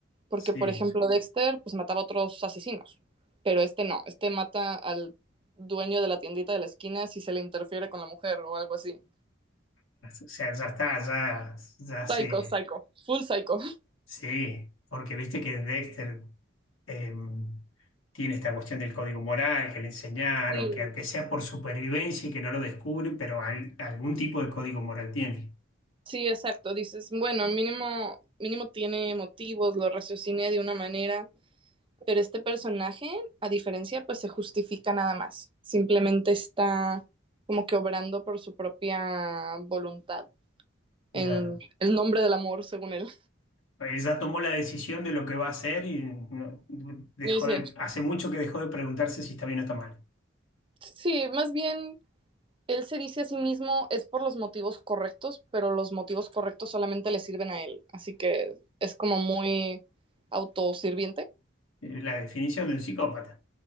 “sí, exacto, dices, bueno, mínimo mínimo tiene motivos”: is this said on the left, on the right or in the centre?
Right